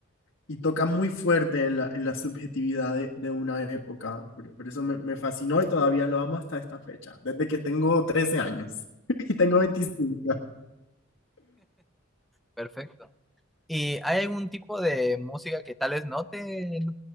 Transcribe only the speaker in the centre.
Perfecto. ¿Y hay algún tipo de música que tal vez no te, eh,